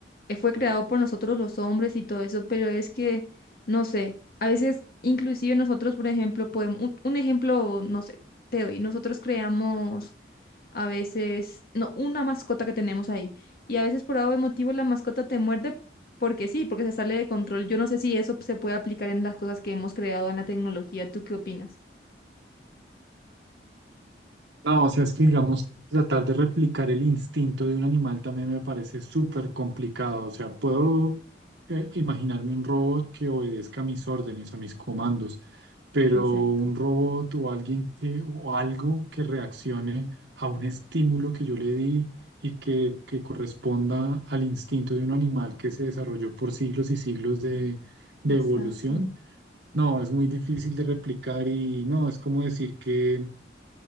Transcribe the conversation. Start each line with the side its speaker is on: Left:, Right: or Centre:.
Left: eh, fue creado por nosotros los hombres y todo eso, pero es que, no sé, a veces inclusive nosotros, por ejemplo, podemos, un, un ejemplo, no sé, te doy, nosotros creamos a veces, no, una mascota que tenemos ahí. Y a veces por algo de motivo la mascota te muerde porque sí, porque se sale de control. Yo no sé si eso se puede aplicar en las cosas que hemos creado en la tecnología. ¿Tú qué opinas?
Right: No, o sea, es que digamos, tratar de replicar el instinto de un animal también me parece súper complicado. O sea, puedo eh, imaginarme un robot que obedezca a mis órdenes, a mis comandos, pero
Left: Exacto,
Right: un robot o alguien que, o algo que reaccione a un estímulo que yo le di y que, que corresponda al instinto de un animal que se desarrolló por siglos y siglos de, de
Left: exacto.
Right: evolución, no, es muy difícil de replicar y no, es como decir que